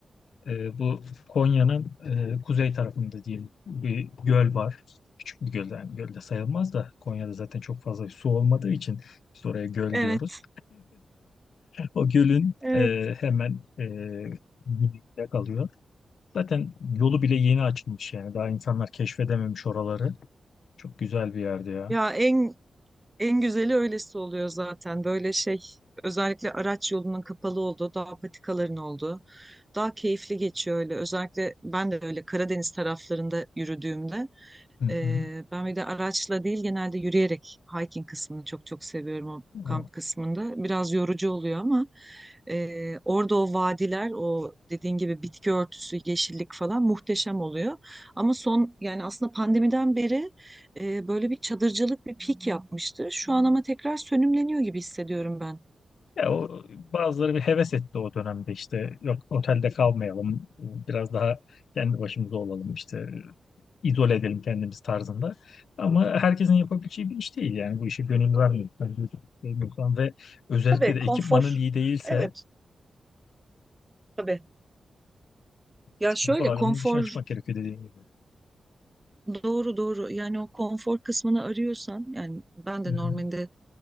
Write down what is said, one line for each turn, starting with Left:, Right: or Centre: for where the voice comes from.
Left: e, bu Konya'nın e, kuzey tarafında diyeyim bir göl var. Küçük bir göl yani göl de sayılmaz da Konya'da zaten çok fazla su olmadığı için biz oraya göl
Right: Evet,
Left: diyoruz. O gölün
Right: evet.
Left: e, hemen e, güneyinde kalıyor. Zaten yolu bile yeni açılmış yani. Daha insanlar keşfedememiş oraları. Çok güzel bir yerdi ya.
Right: Ya en en güzeli öylesi oluyor zaten. Böyle şey özellikle araç yolunun kapalı olduğu, dağ patikaların olduğu daha keyifli geçiyor öyle. Özellikle ben de öyle Karadeniz taraflarında yürüdüğümde
Left: Hı hı.
Right: Ee, ben bir de araçla değil genelde yürüyerek hiking kısmını çok çok seviyorum o kamp
Left: O,
Right: kısmında. Biraz yorucu oluyor ama e, orada o vadiler, o dediğin gibi bitki örtüsü, yeşillik falan muhteşem oluyor. Ama son yani aslında pandemiden beri e, böyle bir çadırcılık bir pik yapmıştı. Şu an ama tekrar sönümleniyor gibi hissediyorum ben.
Left: ya o, bazıları bir heves etti o dönemde işte yok otelde kalmayalım biraz daha kendi başımıza olalım işte izole edelim kendimiz tarzında. Ama herkesin yapabileceği bir iş değil yani bu işe gönül vermiyorsan, vermiyorsan ve özellikle
Right: Tabii
Left: de
Right: konfor.
Left: ekipmanın iyi değilse
Right: Evet tabii. Ya
Left: spor
Right: şöyle
Left: alanının
Right: konfor
Left: dışına çıkmak gerekiyor dediğim gibi.
Right: Doğru doğru yani o konfor kısmını arıyorsan yani ben de
Left: Hı hı.
Right: normalde